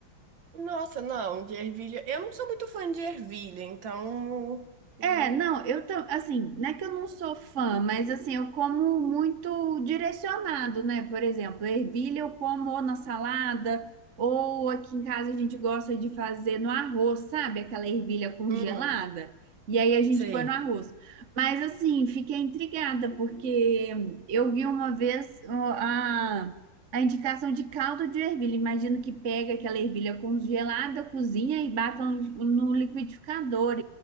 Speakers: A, on the right; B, on the right.
A: Nossa, não, de ervilha. Eu não sou muito fã de ervilha, então.
B: É,
A: hum,
B: não, eu tam- assim, não é que eu não sou fã, mas assim, eu como muito direcionado, né? Por exemplo, ervilha eu como ou na salada, ou aqui em casa a gente gosta de fazer no arroz, sabe? Aquela ervilha congelada.
A: hum.
B: E aí a gente
A: Sim,
B: põe no arroz. Mas assim, fiquei intrigada, porque eu vi uma vez ó, a, a indicação de caldo de ervilha. Imagino que pega aquela ervilha congelada, cozinha e bata no, no liquidificador